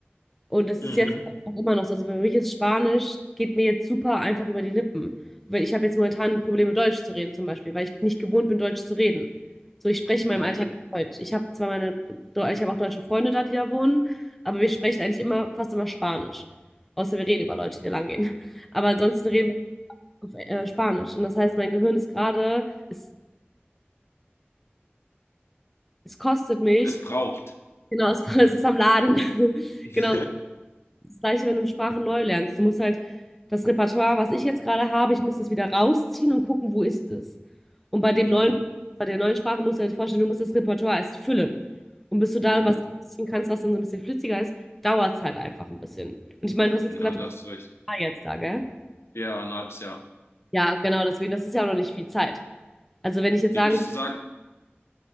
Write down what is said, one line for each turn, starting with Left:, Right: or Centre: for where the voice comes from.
Centre: Und das
Left: Mhm.
Centre: ist jetzt auch immer noch so. Also für mich ist Spanisch, geht mir jetzt super einfach über die Lippen. Weil ich habe jetzt momentan Probleme, Deutsch zu reden zum Beispiel, weil ich nicht gewohnt bin, Deutsch zu reden. So, ich spreche in meinem
Left: Mhm.
Centre: Alltag Deutsch. Ich habe zwar meine, ich habe auch deutsche Freunde da, die da wohnen, aber wir sprechen eigentlich immer, fast immer Spanisch. Außer wir reden über Leute, die da lang gehen. <laughs> Aber ansonsten reden wir auf äh, Spanisch. Und das heißt, mein Gehirn ist gerade, ist Es kostet
Left: <laughs>
Centre: mich.
Left: Es braucht.
Centre: Genau, es <laughs> es ist am Laden. <laughs>
Left: <laughs>
Centre: Genau, das Gleiche, wenn du eine Sprache neu lernst. Du musst halt das Repertoire, was ich jetzt gerade habe ich muss das wieder rausziehen und gucken, wo ist es? Und bei dem
Left: mhm.
Centre: neuen bei der neuen Sprache musst du dir halt vorstellen, du musst das Repertoire erst füllen. Und bis du da
Left: Mhm.
Centre: irgendwas rausziehen kannst, was dann so ein bisschen flüssiger ist, dauert's halt einfach ein bisschen. Und ich meine, du hast jetzt
Left: Ja,
Centre: gesagt,
Left: da
Centre: du bist
Left: hast du recht.
Centre: da jetzt da, gell?
Left: Ja, ein halbes Jahr.
Centre: Ja, genau, deswegen, das ist ja auch noch nicht viel Zeit. Also, wenn ich jetzt
Left: Wie
Centre: sagen
Left: würdest du sagen,